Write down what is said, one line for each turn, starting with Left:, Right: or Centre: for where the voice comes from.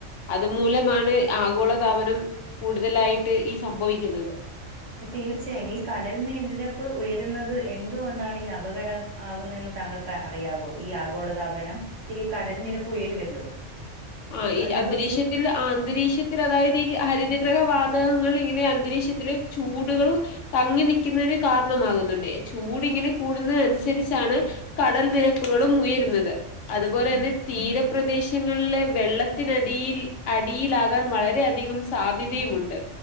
Left: അതുമൂലമാണ് ആഗോളതാപനം കൂടുതലായിട്ട് ഈ സംഭവിക്കുന്നത്
Right: തീർച്ചയായും ഈ കടൽ നിരപ്പ് ഉയരുന്നത് എന്തുകൊണ്ടാണ് ഈ അപകടം ആവുന്നതെന്ന് താങ്കൾക്ക് അറിയാമോ ഈ ആഗോളതാപനം കടൽ നിരപ്പ് ഉയരുവല്ലോ
Left: ആഹ് ഈ
Right: അതിനെക്കുറിച്ച്
Left: അന്തരിക്ഷ അന്തരീക്ഷത്തിൽ അതായത് ഈ ഹരിതഗ്രഹ വാതകങ്ങൾ ഇങ്ങനെ അന്തരീക്ഷത്തില്ൽ ചൂടുകളും തങ്ങി നിക്കുന്നതിന് കാരണമാകുന്നുണ്ട് ചൂടിങ്ങനെ കൂടുന്ന അനുസരിച്ചാണ് കടൽ നിരപ്പുകളും ഉയരുന്നത് അതുപോലെ തന്നെ തീരപ്രദേശങ്ങളിലെ വെള്ളത്തിനടിൽ അടിയിലാകാൻ വളരെയധികം സാധ്യതയുമുണ്ട്